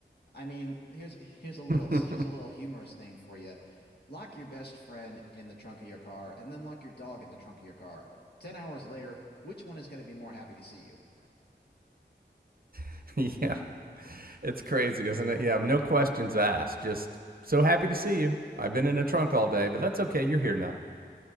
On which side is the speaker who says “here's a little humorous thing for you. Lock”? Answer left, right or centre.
Left